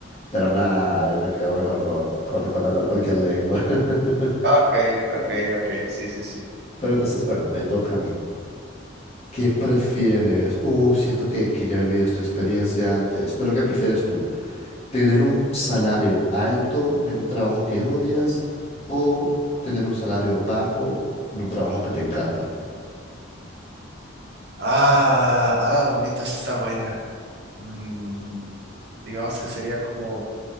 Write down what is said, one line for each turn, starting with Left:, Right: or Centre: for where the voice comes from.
Left: pero nada, yo me quedo mejor con, con, con hablar cualquier lengua. <laughs>
Right: Ok, ok, ok, sí, sí, sí.
Left: Pero entonces, bueno, me toca a mí. ¿Qué prefieres? Uh, siento que, que ya he vivido esta experiencia antes, pero ¿qué prefieres tú? ¿Tener un salario alto en un trabajo que odias o tener un salario bajo en un trabajo que te encanta?
Right: Ah, ah, mamita, esa está buena. Mm, digamos que sería como...